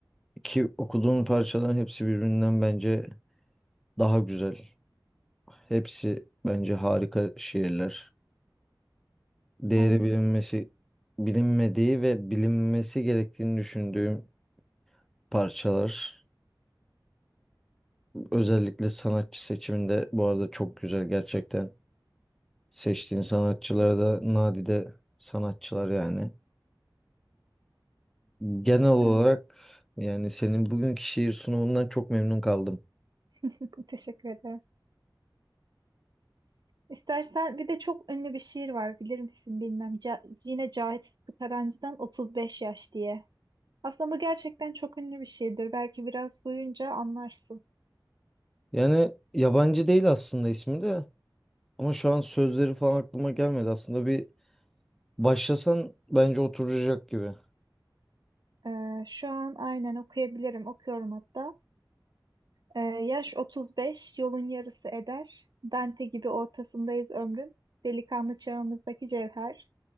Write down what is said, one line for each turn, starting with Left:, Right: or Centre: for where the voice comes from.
Centre: ki okuduğun parçaların hepsi birbirinden bence daha güzel. Hepsi bence harika şiirler. Değeri
Right: Evet.
Centre: bilinmesi, bilinmediği ve bilinmesi gerektiğini düşündüğüm parçalar. Özellikle sanatçı seçiminde bu arada çok güzel gerçekten. Seçtiğin sanatçılara da nadide sanatçılar yani. Genel olarak
Right: evet.
Centre: yani senin bugünkü şiir sunumundan çok memnun kaldım.
Right: <laughs> Teşekkür ederim. İstersen bir de çok ünlü bir şiir var bilir misin bilmem. Ca yine Cahit Sıtkı Tarancı'dan 35 yaş diye. Aslında bu gerçekten çok ünlü bir şiirdir. Belki biraz duyunca anlarsın.
Centre: Yani yabancı değil aslında ismi de ama şu an sözleri falan aklıma gelmedi. Aslında bir başlasan bence oturacak gibi.
Right: Ee, şu an aynen okuyabilirim. Okuyorum hatta. Ee, yaş 35, yolun yarısı eder. Dante gibi ortasındayız ömrün. Delikanlı çağımızdaki cevher.